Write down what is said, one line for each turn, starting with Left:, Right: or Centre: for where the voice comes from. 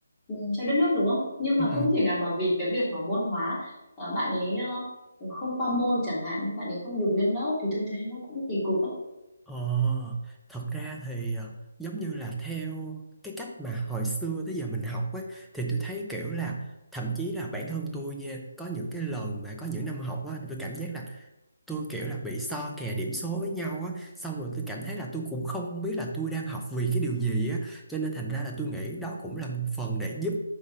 Left: ừ, cho đất nước đúng không? Nhưng
Centre: Ừ,
Left: mà không thể nào mà vì cái việc mà môn hóa ờ, bạn ấy ờ, không qua môn chẳng hạn nên bạn ấy không được lên lớp thì tôi thấy nó cũng kỳ cục á.
Centre: ờ, thật ra thì ờ, giống như là theo cái cách mà hồi xưa tới giờ mình học ấy thì tôi thấy kiểu là thậm chí là bản thân tôi nha có những cái lần mà có những năm học á tôi cảm giác là tôi kiểu là bị so kè điểm số với nhau á xong rồi tôi cảm thấy là tôi cũng không biết là tôi đang học vì cái điều gì á cho nên thành ra là tôi nghĩ đó cũng là một phần để giúp